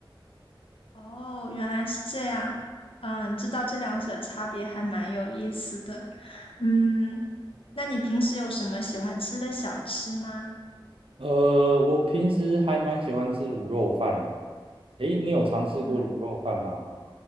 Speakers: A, on the left; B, on the right.
A: 哦，原来是这样。嗯，知道这两者差别还蛮有意思的。嗯，那你平时有什么喜欢吃的小吃吗？
B: 呃，我平时还蛮喜欢吃卤肉饭的。诶，你有尝试过卤肉饭吗？
A: 嗯，